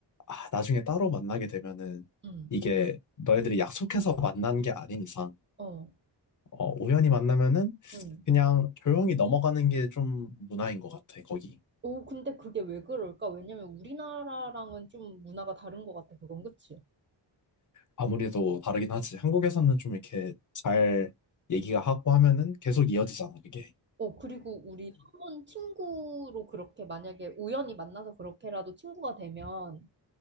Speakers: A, on the left (about 45°); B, on the right (about 25°).
A: 아, 나중에 따로 만나게 되면은
B: 음,
A: 이게 너희들이 약속해서 만난 게 아닌 이상
B: 어,
A: 어, 우연히 만나면은
B: 음.
A: 그냥 조용히 넘어가는 게 좀 문화인 것 같아, 거기.
B: 오, 근데 그게 왜 그럴까? 왜냐면 우리나라랑은 좀 문화가 다른 것 같아, 그건 그치?
A: 아무래도 다르긴 하지. 한국에서는 좀 이렇게 잘 얘기가 하고 하면은 계속 이어지잖아, 그게.
B: 어, 그리고 우리 한번 친구로 그렇게 만약에 우연히 만나서 그렇게라도 친구가 되면